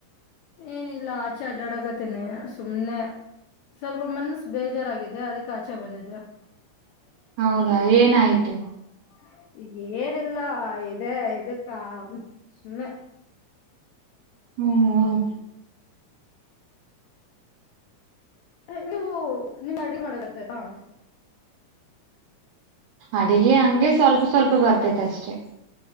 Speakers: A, on the left; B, on the right.
A: ಏನಿಲ್ಲ ಆಚೆ ಅಡ್ಡಾಡಕತೇನಿ ಸುಮ್ನೆ. ಸ್ವಲ್ಪ ಮನ್ಸ ಬೇಜಾರಾಗಿದೆ ಅದಕ್ಕೆ ಆಚೆ ಬಂದಿದೆ. <inaudible>
B: ಹೌದಾ ಏನಾಯ್ತು
A: ಈಗ ಏನಿಲ್ಲ ಇದೆ ಇದಕ್ಕ ಸುಮ್ನೆ.
B: ಹ್ಮ ಹ್ಮ್.
A: ನೀವು ನಿಮ್ಮ ಅಡಗೆ ಮಾಡಕ. <unintelligible>
B: ಅಡಿಗೆ ಹಂಗೆ ಸ್ವಲ್ಪ ಸ್ವಲ್ಪ ಬರ್ತೇತಿ ಅಷ್ಟೇ.